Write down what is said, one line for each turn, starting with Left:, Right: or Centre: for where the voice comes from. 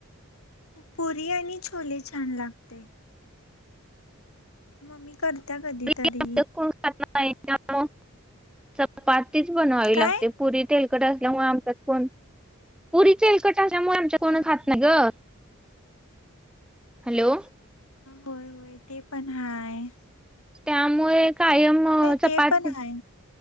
Left: पुरी आणि छोले छान लागतय. मम्मी करतात कधी
Centre: इथं
Left: तरी
Centre: <unintelligible> चपातीच बनवावी
Left: काय?
Centre: लागते पुरी तेल <unintelligible> असल्यामुळे आमच्यात कोण, पुरी तेलकट असल्यामुळे आमच्यात कोण
Left: ह.
Centre: खात नाही गं हॅलो
Left: होय होय, ते पण हांय
Centre: त्यामुळे कायममं चपाती
Left: ते पण हाय.